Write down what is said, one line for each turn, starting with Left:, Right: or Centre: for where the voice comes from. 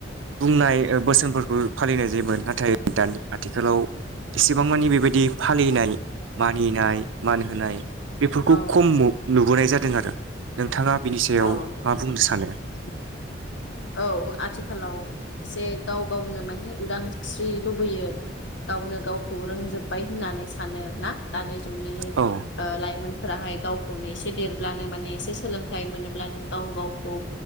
Right: बुंनाय बोसोनफोरखौ फालिनाय जायोमोन नाथाय दानि आथिखालाव एसेबां मानि बेबायदि फालिनाय मानिनाय मान होनाय बेफोरखौ
Left: औ
Right: खम नुबोनाय जादों दों आरो नोंथाङा बिनि सायाव
Left: औ
Right: मा बुंनो सानो?
Left: <unintelligible> औ आथिखालाव एसे गाव गावनो माने उदांस्रि लुबैयो गावनो गावखौ रोंजोब्बाय होननानै सानो ना? दानि जुगनि
Right: औ
Left: ओ लाइमोन। फोराहाय गावखौनो एसे देरब्लानो माने एसे सोलोंथाइ मोनोब्लानो गाव गावखौ